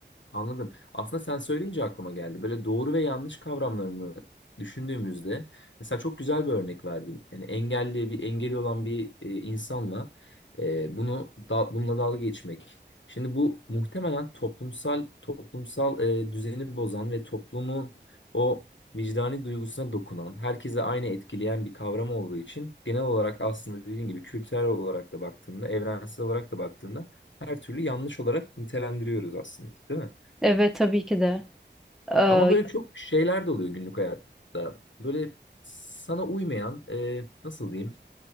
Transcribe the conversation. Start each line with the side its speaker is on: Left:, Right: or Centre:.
Left: Anladım. Aslında sen söyleyince aklıma geldi. Böyle doğru ve yanlış kavramlarını düşündüğümüzde mesela çok güzel bir örnek verdin. Yani engelli bir engeli olan bir e, insanla e, bunu da, bununla dalga geçmek. Şimdi bu muhtemelen toplumsal toplumsal e, düzeni bozan ve toplumun o vicdani duygusuna dokunan, herkese aynı etkileyen bir kavram olduğu için genel olarak aslında dediğin gibi kültürel olarak da baktığında, evrensel olarak da baktığında her türlü yanlış olarak nitelendiriyoruz aslında, değil mi?
Centre: Evet tabii ki de. Ee,
Left: Ama böyle çok şeyler de oluyor günlük hayatta. Böyle sana uymayan, e, nasıl diyeyim?